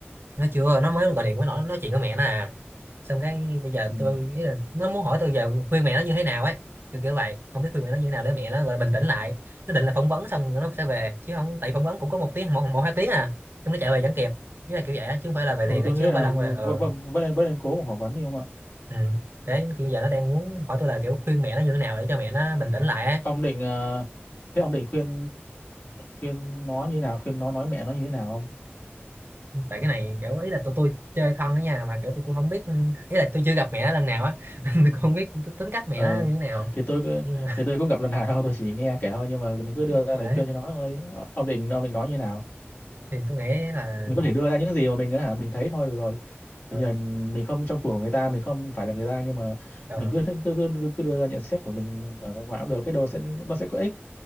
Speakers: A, on the right; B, on the left.
A: nó chưa nó mới gọi điện với nó nói chuyện với mẹ nó à xong cái bây giờ
B: ừ,
A: tôi ý là nó muốn hỏi tôi giờ khuyên mẹ nó như thế nào ấy kiểu kiểu vậy không biết khuyên mẹ nó như thế nào để mẹ nó gọi là bình tĩnh lại nó định là phỏng vấn xong rồi nó sẽ về chứ không tại phỏng vấn cũng có một tiếng một, một hai tiếng à xong nó chạy về vẫn kịp nghĩa là kiểu vậy á, chứ không phải là về
B: ừ
A: liền á,
B: tôi nghĩ
A: chứ
B: là
A: không phải là
B: v-
A: không về ừ.
B: v- v- vẫn nên vẫn nên cố mà phỏng vấn đi không ạ
A: ừ. thế kiểu giờ nó đang muốn hỏi tôi là kiểu khuyên mẹ nó như thế nào để cho mẹ nó bình tĩnh lại á
B: ông định ờ, thế ông định khuyên khuyên nó như thế nào khuyên nó nói mẹ nó như thế nào không
A: Ừ. tại cái này kiểu ý là tôi tôi chơi thân ở nhà mà kiểu tôi cũng không biết ý là tôi chưa gặp mẹ nó lần nào á <laughs> nên tôi cũng không biết tính cách mẹ
B: ờ
A: nó như thế nào
B: thì tôi cứ-
A: nhưng
B: thì tôi cũng gặp lần nào đâu tôi chỉ nghe kể thôi nhưng mà mình cứ đưa
A: thì
B: ra lời
A: đấy
B: khuyên cho nó thôi ông định ông định nói như nào
A: thì tôi nghĩ là
B: mình có thể đưa ra những gì mà mình á hả mình thấy thôi được rồi
A: ờ,
B: bây giờ mình không trong cuộc của người ta mình không phải là người ta nhưng mà
A: ờ,
B: mình cứ cứ cứ, cứ cứ đưa ra nhận xét của mình ở ngoài ngoài cũng được biết đâu sẽ nó sẽ có ích